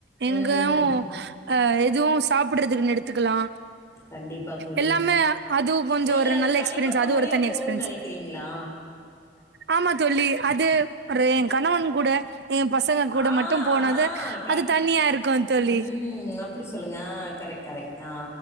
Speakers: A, on the right (about 65°); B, on the left (about 15°).
A: எங்கயு
B: ம்.
A: அ எதுவு சாப்பிறதுக்கு நிடுத்துக்கலா
B: கண்டிப்பா தோழி.
A: எல்லாமே அது கொஞ்ச
B: நீங்க
A: ஒரு
B: அது
A: நல்ல
B: தனிப்பட்ட
A: எக்ஸ்பீரியன்ஸ் அது
B: முறையில
A: ஒரு தனி
B: போணும்னு
A: எக்ஸ்பீரியன்ஸ்
B: நெனைக்கிறீங்களா?
A: ஆமா தோழி அது ஒரு என் கணவன் கூட ஏ பசங்க கூட
B: ஆ,
A: மட் மட்டும் போனா தா
B: ஆ க
A: அது தனியா இருக்கும் தோழி
B: ம். அப்படி சொல்லுங்க. ஆ கரெக்ட், கரெக்ட். ஆ